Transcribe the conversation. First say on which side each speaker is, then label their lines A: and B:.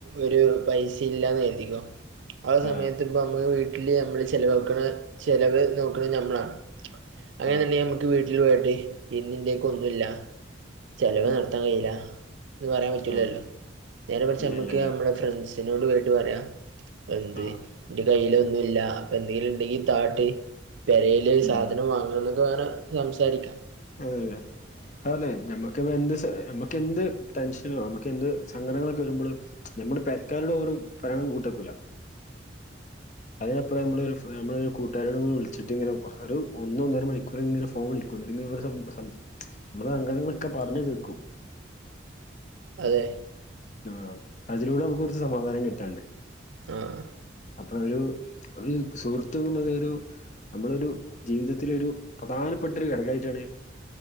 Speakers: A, on the right; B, on the left.
A: ഒരു പൈസീല്ലാന്ന് കര്തിക്കോ ആഹ്
B: ആ
A: സമയത്ത് ഇപ്പ അമ്മള് വീട്ടില് അമ്മള് ചെലവാക്ക്ണെ ചെലവ് നോക്ക്ണേ ഞമ്മളാണ് അങ്ങനെന്ന്ണ്ടേ
B: ആ
A: അമ്മക്ക് വീട്ടില് പോയിട്ട് ഇന്നിന്റേക്കൊന്നുല്ല ചെലവ്
B: ഉം
A: നടത്താം കയ്യൂലാ അത് പറയാൻ പറ്റൂലല്ലോ
B: ആ
A: നേരെ മർച്ച്
B: ഇല്ല
A: നമ്മക്ക്
B: ഇല്ല ഇല്ല
A: അമ്മളെ ഫ്രെണ്ട്സിനോട് പോയിട്ട് പറയാ എന്ത്
B: ആഹ്
A: ന്റെ കയ്യിലൊന്നുല്ലാ അപ്പ എന്തെങ്കില് ഇണ്ടെങ്കി താട്ട് പെരേല്
B: ഉം
A: സാധനം വാങ്ങണം <unintelligible> സംസാരിക്കാം
B: <unintelligible> അതെ ഞമ്മക്കിപ്പെന്ത് ഞമ്മക്കെന്ത് ടെൻഷനോ ഞമ്മക്കെന്ത് സങ്കടങ്ങളൊക്കെ വെരുമ്പള് ഞമ്മള് പെരക്കാരോട് ഓറും പറയാ കൂട്ടാക്കൂല അതിനപ്പുറം ഞമ്മള് ഞമ്മളൊരു കൂട്ടാരോട് വിൾച്ചിട്ട് ഇങ്ങനെ ഒര് ഒന്ന് ഒന്നര മണിക്കൂറ്ങ്ങനെ ഫോ ഫോൺ വിളിക്കും ഇന്നട്ട്ങ്ങനെ സം സം അമ്മള് അങ്ങനൊക്കെ പറഞ്ഞ് തീർക്കും.
A: അതെ
B: ഉം ആഹ് അതിലൂടെ നമുക്ക് കോർച്ച് സമാധാനം കിട്ടാണ്ട്
A: ആഹ്
B: അപ്പൊരു ഒരു സുഹൃത്തുന്ന്ള്ളത് ഒരു നമ്മളൊരു ജീവിതത്തില് ഒരു പ്രധാനപ്പെട്ട ഒരു ഘടകായിട്ടാണ്